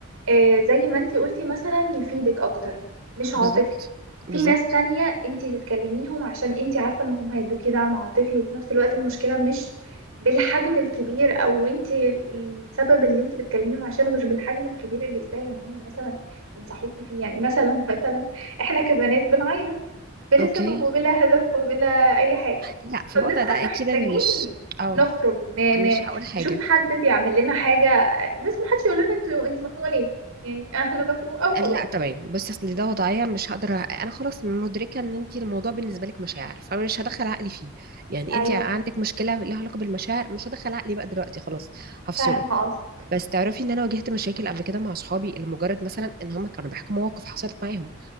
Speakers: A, on the right; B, on the right.
A: آه، زي ما انتي قلتي مثلا يفيدك اكتر مش عاطفي
B: بالظبط
A: في
B: بالظبط
A: ناس تانية انتي بتكلميهم عشان انتي عارفة ان هم هيدوكي دعم عاطفي وفي نفس الوقت المشكلة مش بالحجم الكبير او انتي السبب اللي انتي بتكلميهم عشانه مش بالحجم الكبير اللي يستاهل ان هم مثلا ينصحوكي فيه يعني مثلا <laughs> مثلا احنا كبنات بنعيط بلا
B: اوكي
A: سبب وبلا هدف وبلا اي حاجة
B: لا في
A: فبنبقى
B: الوضع ده
A: محتاجين
B: اكيد انا مش او
A: نخرج ن-
B: مش
A: ن-
B: هقول حاجه
A: نشوف حد بيعمل لنا حاجة بس ما حدش يقول لنا انتوا انت مخنوقة ليه يعني <laughs> احنا مخنوقة وخلاص
B: لا تمام بصي اصل ده وضعيه مش هقدر أ- انا خلاص مدركه ان انت الموضوع بالنسبه لك مشاعر فمش هدخل عقلي فيه يعني
A: ايوه
B: انت عندك مشكله لها علاقه بالمشاعر مش هدخل عقلي بقى دلوقتي خلاص هفصله
A: فاهمه قصدك
B: بس تعرفي ان انا واجهت مشاكل قبل كده مع اصحابي لمجرد مثلا ان هم كانوا بيحكوا مواقف حصلت معاهم